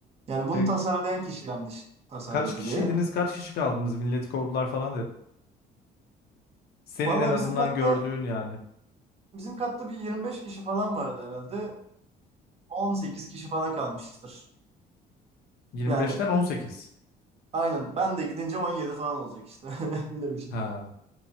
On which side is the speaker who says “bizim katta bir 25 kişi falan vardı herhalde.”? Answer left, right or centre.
Right